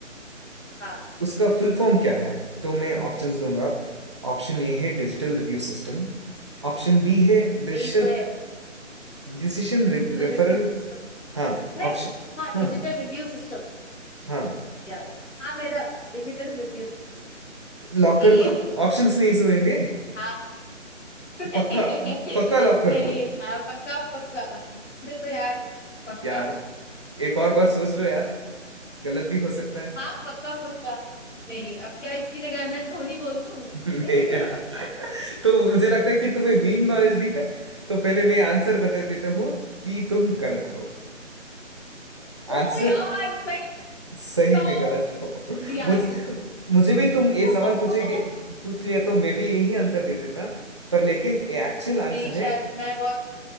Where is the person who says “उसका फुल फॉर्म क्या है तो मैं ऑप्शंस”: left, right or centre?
Right